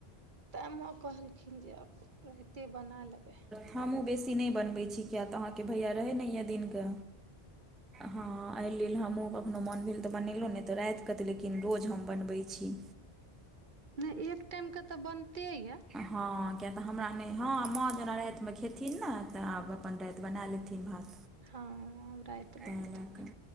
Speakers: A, on the right; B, in the centre.
A: तैँ माँ कहलखिन जे आब राते बना लेबै।
B: हमहुँ बेसी नहि बनबै छी किया तऽ अहाँके भैया रहै नहि यऽ दिनके हँ एहि लेल हमहुँ कोखनो मन भेल तऽ बनेलहुँ नहि तऽ रात कऽ तऽ लेकिन रोज हम बनबै छी।
A: नहि एक टाइम के तऽ बनते यऽ।
B: हँ। किएक तऽ हमरा नहि हँ माँ जेना रातिमे खेथिन ने तऽ आब अपन राति बना लेथिन भात
A: हँ राति बनते
B: ताहि लए कऽ